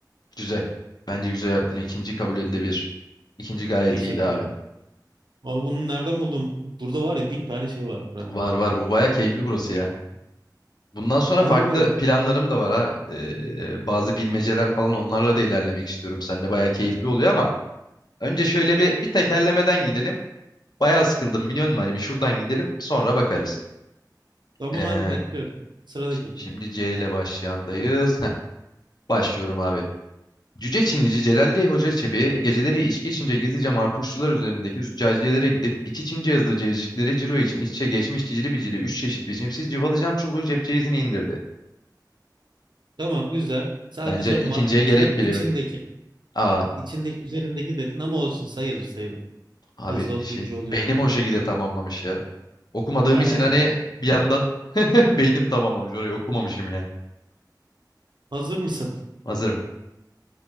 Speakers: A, on the left; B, on the right.
A: Güzel. Bence güzel yaptın. İkinci kabul edilebilir. İkinci gayet
B: Teşekkürler.
A: iyiydi abi.
B: Abi bunu nereden buldum? Burada var ya bin tane şey var. Ha.
A: Var var bu baya keyifli burası ya. Bundan sonra
B: Hadi
A: farklı
B: bakalım.
A: planlarım da var ha. Ee, bazı bilmeceler falan onlarla da ilerlemek istiyorum. Sen de baya keyifli oluyor ama önce şöyle bir bir tekerlemeden gidelim. Baya sıkıldım biliyor musun? Hani bir şuradan gidelim sonra bakarız.
B: Tamam
A: Ee,
B: hadi bekliyorum. Sıradaki.
A: şi- şimdi C ile başlayandayız. Heh, başlıyorum abi. Cüce Çinici Celalli
B: Hı,
A: Hoca Çebi geceleri içki içince gizlice marpuşçular üzerindeki züccaciyelere gidip iç içince yazılı cevizcikleri ciro için iç içe geçmiş cicili bicili üç çeşit biçimsiz cıvalı cam çubuğu cep ceyizini indirdi.
B: Tamam güzel. Sadece
A: Bence
B: marputçiler
A: ikinciye gerek bile
B: içindeki.
A: yok. Aa
B: içindeki üzerindeki dedin ama olsun sayılır sayılır.
A: abi
B: Hızlı okuyunca
A: şey
B: oluyor
A: beynim
B: öyle.
A: o şekilde tamamlamış ya. Okumadığım
B: Aynen.
A: için hani bir yandan <laughs> beynim tamamlamış orayı okumamışım ya.
B: Hazır mısın?
A: Hazırım.